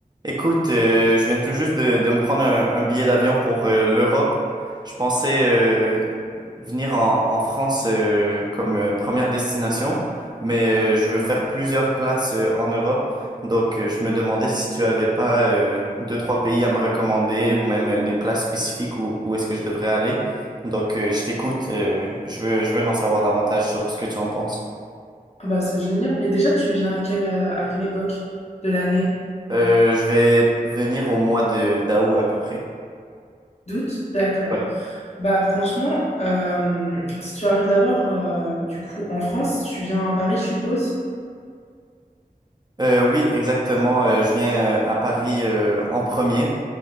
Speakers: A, on the right (about 30°); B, on the left (about 45°).
A: Écoute, euh, je viens tout juste de, de me prendre un, un billet d'avion pour euh, l'Europe. Je pensais euh, venir en, en France euh, comme euh, première destination, mais euh, je veux faire plusieurs places euh, en Europe. Donc, euh, je me demandais si tu avais pas euh, deux, trois pays à me recommander ou même euh, des places spécifiques où, où est-ce que je devrais aller. Donc, euh, je t'écoute. euh, je veux, je veux en savoir davantage sur ce que tu en penses.
B: Ah Bah, c'est génial. Mais déjà, tu viens à quelle, euh, à quelle époque de l'année?
A: Euh, je vais venir au mois de d'août à peu près.
B: D'août? D'accord.
A: Ouais.
B: Bah, franchement, euh, si tu arrives d'abord, euh, du coup, en France, tu viens à Paris, je suppose?
A: Euh, oui, exactement. Euh, je viens euh, à Paris euh, en premier,